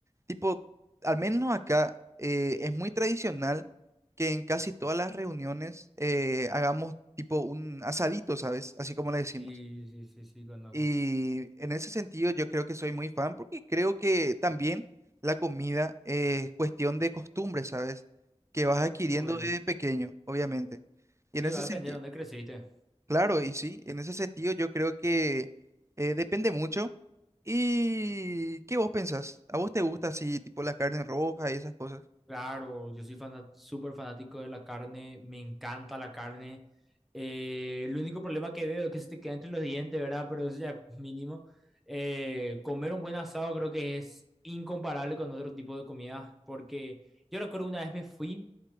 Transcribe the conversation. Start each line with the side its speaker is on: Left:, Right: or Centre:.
Right: Tipo, al menos acá eh, es muy tradicional que en casi todas las reuniones eh, hagamos tipo un asadito, ¿sabes? Así como le decimos.
Centre: Sí, sí, sí, sí, conozco.
Right: Y en ese sentido yo creo que soy muy fan porque creo que también la comida es cuestión de costumbre, ¿sabes? Que vas adquiriendo
Centre: Obvio.
Right: desde pequeño, obviamente. Y en
Centre: Sí,
Right: ese
Centre: va a
Right: sentido,
Centre: depender de dónde creciste.
Right: claro, y sí, en ese sentido yo creo que eh, depende mucho. ¿Y qué vos pensás? ¿A vos te gusta así, tipo la carne roja y esas cosas?
Centre: Claro, yo soy fana- súper fanático de la carne, me encanta la carne. Eh, el único problema que veo es que se te queda entre los dientes, ¿verdad? Pero eso ya <laughs> es mínimo. Eh, comer un buen asado creo que es incomparable con otro tipo de comidas, porque yo recuerdo una vez me fui,